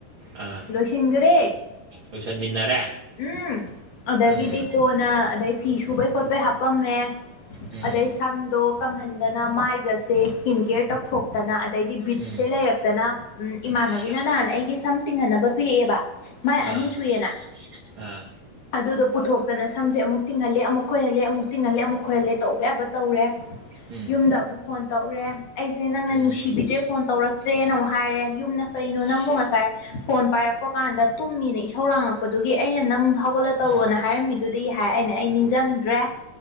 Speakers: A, on the right; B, on the left.
A: ꯑꯥ
B: ꯂꯣꯏ ꯁꯤꯒꯔꯦ
A: ꯂꯣꯏꯁꯟꯃꯤꯟꯅꯔꯦ
B: ꯎꯝ ꯑꯗꯒꯤꯗꯤ
A: ꯎꯝ
B: ꯀꯣꯟꯅ ꯑꯗꯩ ꯐꯤ ꯁꯨꯕꯩ ꯈꯣꯠꯄꯩ ꯍꯥꯄꯝꯃꯦ
A: ꯎꯝ
B: ꯑꯗꯩ ꯁꯝꯗꯣ ꯀꯪꯍꯟꯗꯅ ꯃꯥꯏꯒꯁꯦ ꯏꯁꯀꯤꯟ ꯀꯦꯌꯔ ꯇꯧꯊꯣꯛꯇꯅ ꯑꯗꯩꯗꯤ ꯕꯤꯠꯁꯦ
A: ꯎꯝ
B: ꯂꯩꯔꯛꯇꯅ ꯏꯃꯥꯟꯅꯕꯤꯅ
A: ꯁꯤꯌꯥ
B: ꯅꯍꯥꯟ ꯑꯩꯒꯤ ꯁꯝ ꯇꯤꯡꯍꯟꯅꯕ ꯄꯤꯔꯛꯑꯦꯕ ꯃꯥꯏ
A: ꯑꯥ
B: ꯑꯅꯤ ꯁꯨꯏꯌꯦꯅ
A: <unintelligible> ꯑꯥ
B: ꯑꯗꯨꯗꯣ ꯄꯨꯊꯣꯛꯇꯅ ꯁꯝꯁꯦ ꯑꯃꯨꯛ ꯇꯤꯡꯍꯜꯂꯦ ꯑꯃꯨꯛ ꯈꯣꯏꯍꯜꯂꯦ ꯑꯃꯨꯛ ꯇꯤꯡꯍꯜꯂꯦ ꯑꯃꯨꯛ ꯈꯣꯏꯍꯜꯂꯦ ꯇꯧꯕ ꯌꯥꯕ ꯇꯧꯔꯦ
A: ꯎꯝ
B: ꯌꯨꯝꯗ ꯑꯃꯨꯛ ꯐꯣꯟ ꯇꯧꯔꯦ ꯑꯩꯁꯦ ꯅꯪꯅ
A: ꯎꯝ
B: ꯅꯨꯡꯁꯤꯕꯤꯗ꯭ꯔꯦ ꯐꯣꯟ ꯇꯧꯔꯛꯇ꯭ꯔꯦꯅ ꯑꯃꯨꯛ ꯍꯥꯏꯔꯦ ꯌꯨꯝꯗ ꯀꯩꯅꯣ
A: ꯁꯤꯌꯥ
B: ꯅꯪꯕꯨ ꯉꯁꯥꯏ ꯐꯣꯟ ꯄꯥꯏꯔꯛꯄ ꯀꯥꯟꯗ ꯇꯨꯝꯃꯤꯅ ꯏꯁꯧ ꯂꯥꯡꯉꯛꯄꯗꯨꯒꯤ ꯑꯩꯅ ꯅꯪ ꯀꯣꯜꯂ ꯇꯧꯔꯛꯑꯣꯅ
A: ꯑꯥ
B: ꯍꯥꯏꯔꯝꯃꯤꯗꯨꯗꯤ ꯍꯥꯏ ꯑꯩꯅ ꯑꯩ ꯅꯤꯡꯁꯤꯡꯗ꯭ꯔꯦ